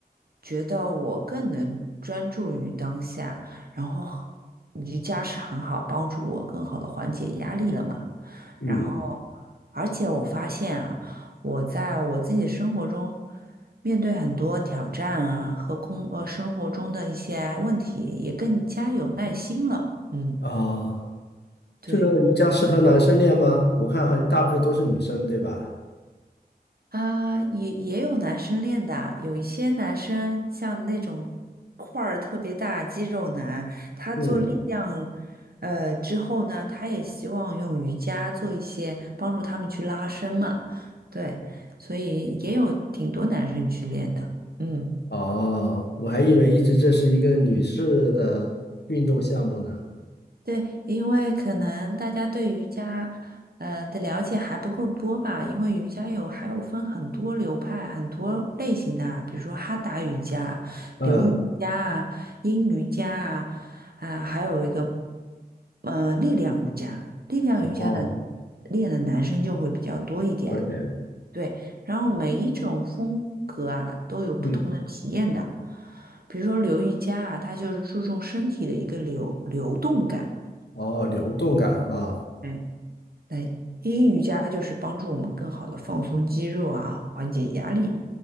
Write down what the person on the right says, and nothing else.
觉得我更能专注于当下，然后瑜伽是很好帮助我更好的缓解压力了嘛。
然后，而且我发现啊，我在我自己生活中，面对很多挑战啊和工呃生活中的一些问题，也更加有耐心了。嗯，
对。
啊，也也有男生练的啊有一些男生像那种块儿特别大肌肉男，他做力量，
呃之后呢，他也希望用瑜伽做一些帮助他们去拉伸嘛，对，所以也有挺多男生去练的，嗯。
对，因为可能大家对瑜伽，呃的了解还不够多吧，因为瑜伽有还有分很多流派、很多类型的啊比如说哈达瑜伽、
流瑜伽啊、阴瑜伽啊，啊，还有一个呃力量瑜伽，力量瑜伽的
练的男生就会比较多一点，
对，然后每一种风格啊都有不同的体验的，
比如说流瑜伽啊，它就是注重身体的一个流流动感。
对，那阴瑜伽就是帮助我们更好的放松肌肉啊，缓解压力。